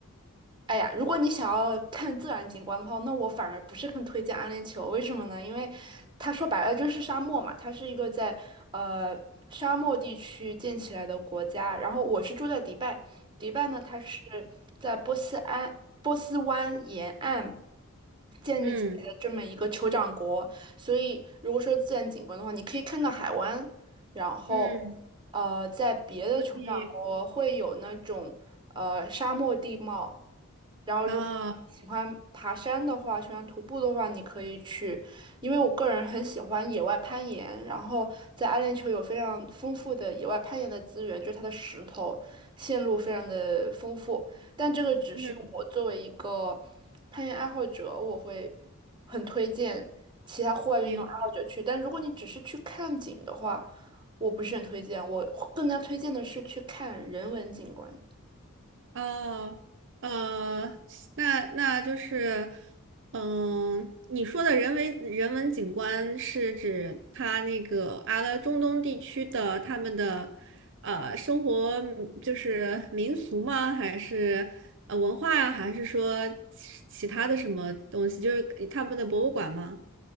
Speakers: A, on the right; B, on the right.
A: 哎呀，如果你想要看自然景观的话，那我反而不是很推荐阿联酋。为什么呢？因为它说白了就是沙漠嘛，它是一个在呃沙漠地区建起来的国家。然后我是住在迪拜，迪拜呢，它是在波斯安波斯湾沿岸建立起来的这么一个酋长国。
B: 嗯
A: 所以如果说自然景观的话，你可以看到海湾，然后，
B: 嗯
A: 呃，在别的酋长国会有那种呃沙漠地貌，
B: 所以
A: 然后如果你喜欢爬山的话，
B: 啊，
A: 喜欢徒步的话，你可以去，因为我个人很喜欢野外攀岩，然后在阿联酋有非常丰富的野外攀岩的资源，就是它的石头线路非常的丰富，但这个只是我作为一个
B: 嗯，
A: 攀岩爱好者，我会很推荐其他户外运动爱好者去，
B: 明白
A: 但如果你只是去看景的话，我不是很推荐，我更加推荐的是去看人文景观。
B: 哦，呃，那那就是，嗯，你说的人为人文景观是指它那个阿拉中东地区的他们的呃生活就是民俗吗？还是呃文化呀？还是说其其他的什么东西？就是他们的博物馆吗？